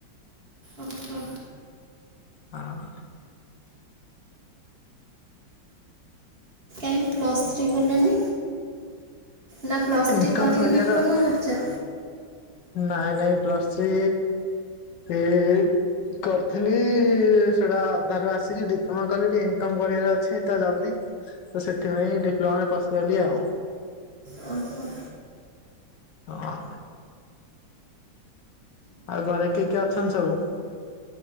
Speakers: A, on the right (about 35°); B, on the left (about 70°).
A: ଓ ହୋ।
B: ହଁ।
A: କାଇଁ ପ୍ଲସ୍ ଥ୍ରୀ କଲେନି ନା ପ୍ଲସ୍
B: ଇନକମ୍
A: ଥ୍ରୀ କରିକି
B: କରିବାର
A: ଡିପ୍ଲୋମା
B: ଅଛି
A: କରିଛ?
B: ନାଇଁ ନାଇଁ ପ୍ଲସଥ୍ରୀ ଇ କରିଥିଲି ସେଟା ଅଧାରୁ ଆସିକି ଡିପ୍ଲୋମା କଲି ଟିକେ ଇନକମ କରିବାର ଅଛି ତ ଜଲଦି ତ ସେଥିପାଇଁ ଡିପ୍ଲୋମା ରେ ପଶିଗଲି ଆଉ।
A: ଓହୋ।
B: ହଁ। ଆଉ ଘରେ କିଏ କିଏ ଅଛନ୍ତି ସବୁ?